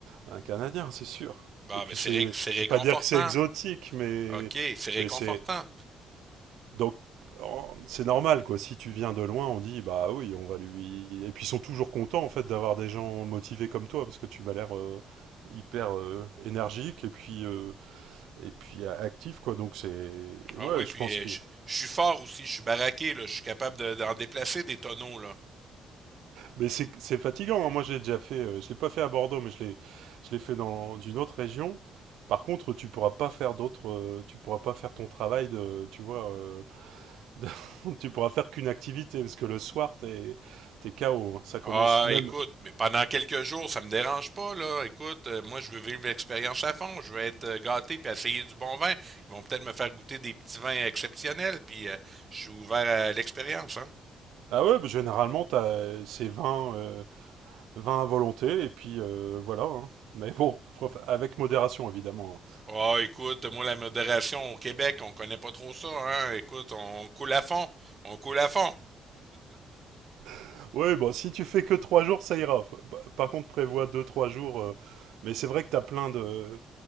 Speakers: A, on the right; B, on the right.
A: un Canadien, c'est sûr.
B: Bah,
A: Et puis
B: ben, c'est
A: c'est,
B: ré- c'est réconfortant.
A: je vais pas dire que c'est exotique, mais
B: OK, c'est réconfortant.
A: mais c'est donc en- c'est normal quoi. Si tu viens de loin, on dit bah oui, on va lui. Et puis ils sont toujours contents en fait d'avoir des gens motivés comme toi parce que tu m'as l'air euh, hyper euh, énergique et puis euh, et puis a- actif quoi. Donc c'est
B: Ah
A: ouais,
B: oui,
A: je
B: puis
A: pense que
B: euh, je je suis fort aussi, je suis baraqué, là, je suis capable de- d'en déplacer des tonneaux, là.
A: Mais c'est c'est fatigant. hein. Moi, je l'ai déjà fait. euh, je l'ai pas fait à Bordeaux, mais je l'ai je l'ai fait dans une autre région. Par contre, tu pourras pas faire d'autres. euh, tu pourras pas faire ton travail de. Tu vois, euh, <laughs> de- tu pourras faire qu'une activité parce que le soir, t'es t'es KO. hein. Ça commence
B: Ah,
A: même.
B: écoute, mais pendant quelques jours, ça me dérange pas, là. Écoute, euh, moi, je veux vivre l'expérience à fond. Je veux être euh, gâté puis essayer du bon vin. Ils vont peut-être me faire goûter des petits vins exceptionnels, puis euh, je suis ouvert à l'expérience, hein.
A: Ah ouais, bah, généralement, t'as c'est 20 euh, 20 à volonté et puis euh, voilà. hein. Mais bon, après, avec modération évidemment.
B: Ah, écoute, moi, la modération au Québec, on connaît pas trop ça, hein. Écoute, on coule à fond. On coule à fond.
A: hein. Ouais, bon, si tu fais que trois jours, ça ira. F- bah, Par contre, prévois deux trois jours. euh, mais c'est vrai que t'as plein de